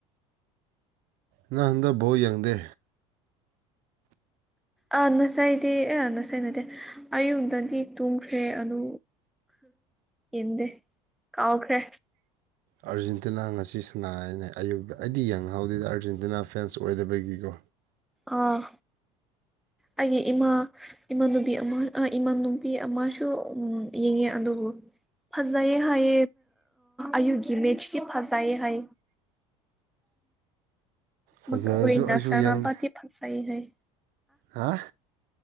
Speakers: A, on the right; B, in the centre.
A: ꯉꯥꯡꯅ ꯕꯧ ꯌꯦꯡꯗꯦ
B: ꯑꯥ ꯅꯁꯥꯏꯗꯤ ꯑ ꯅꯁꯥꯏꯅꯠꯇꯦ ꯑꯌꯨꯗꯗꯤ ꯇꯨꯝꯈ꯭ꯔꯦ ꯑꯗꯨ ꯌꯦꯟꯗꯦ ꯀꯥꯎꯈ꯭ꯔꯦ
A: ꯑꯥꯔꯖꯦꯟꯇꯤꯅꯥ ꯉꯁꯤ ꯁꯅꯥꯅꯦ ꯑꯌꯨꯛꯇ ꯑꯩꯗꯤ ꯌꯦꯡꯍꯥꯎꯗꯦꯗ ꯑꯥꯔꯖꯦꯟꯇꯤꯅꯥ ꯐꯦꯟꯁꯨ ꯑꯣꯏꯗꯕꯒꯤꯀꯣ
B: ꯑꯥ ꯑꯩꯒꯤ ꯏꯃꯥ ꯏꯃꯥꯟꯅꯨꯕꯤ ꯑꯃ ꯏꯃꯥꯟꯅꯨꯕꯤ ꯑꯃꯁꯨ ꯎꯝ ꯌꯦꯡꯉꯦ ꯑꯗꯨꯕꯨ ꯐꯖꯩ ꯍꯩ ꯑꯌꯨꯒꯤ ꯃꯦꯠꯆꯗꯤ ꯐꯖꯩ ꯍꯥꯏ <unintelligible>
A: ꯐꯖꯔꯁꯨ ꯑꯩꯁꯨ
B: ꯁꯥꯟꯅꯕꯗꯤ
A: ꯌꯦꯡꯗꯦ
B: ꯐꯖꯩ ꯍꯥꯏ
A: ꯍꯥꯥ